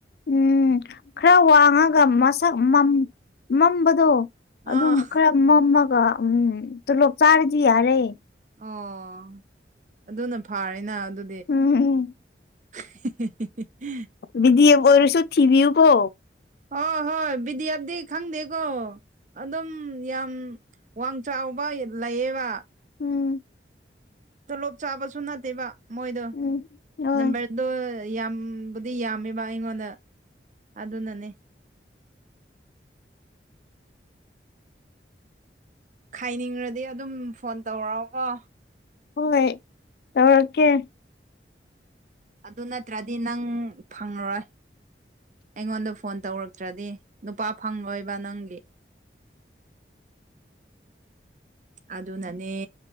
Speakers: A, on the left; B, on the right.
A: ꯎꯝ ꯈꯔ ꯋꯥꯡꯉꯒ ꯃꯁꯛ ꯃꯝ ꯃꯝꯕꯗꯣ
B: ꯑꯥ
A: ꯑꯗꯨꯝ ꯈꯔ ꯃꯝꯃꯒ ꯎꯝ ꯇꯨꯂꯣꯞ ꯆꯥꯔꯗꯤ ꯌꯥꯔꯦ
B: ꯑꯣ ꯑꯗꯨꯅ ꯐꯥꯔꯦꯅ ꯑꯗꯨ
A: ꯎꯝ ꯎꯝ
B: <unintelligible>
A: ꯕꯤ ꯗꯤ ꯑꯦꯞ ꯑꯣꯏꯔꯁꯨ ꯊꯤꯕꯤꯌꯨꯀꯣ
B: ꯍꯣ ꯍꯣꯏ ꯕꯤ ꯗꯤ ꯑꯦꯞꯗꯤ ꯈꯪꯗꯦꯀꯣ ꯑꯗꯨꯝ ꯌꯥꯝ ꯋꯥꯡ ꯆꯥꯎꯕ ꯂꯩꯌꯦꯕ
A: ꯎꯝ
B: ꯇꯣꯂꯣꯞ ꯆꯥꯕꯁꯨ ꯅꯠꯇꯦꯕ ꯃꯣꯏꯗꯣ
A: ꯎꯝ ꯍꯣꯏ
B: ꯅꯝꯕꯔ ꯗꯣ ꯌꯥꯝ ꯕꯨꯗꯤ ꯌꯥꯝꯃꯦꯕ ꯑꯩꯉꯣꯟꯗ ꯑꯗꯨꯅꯅꯦ ꯈꯥꯏꯅꯤꯡꯔꯗꯤ ꯑꯗꯨꯝ ꯐꯣꯟ ꯇꯧꯔꯛꯑꯣꯀꯣ
A: ꯍꯣꯏ ꯇꯧꯔꯛꯀꯦ
B: ꯑꯗꯨ ꯅꯠꯇ꯭ꯔꯗꯤ ꯅꯪ ꯐꯪꯉꯔꯣꯏ ꯑꯩꯉꯣꯟꯗ ꯐꯣꯟ ꯇꯧꯔꯛꯇ꯭ꯔꯗꯤ ꯅꯨꯄꯥ ꯐꯪꯂꯣꯏꯕ ꯅꯪꯒꯤ ꯑꯗꯨꯅꯅꯦ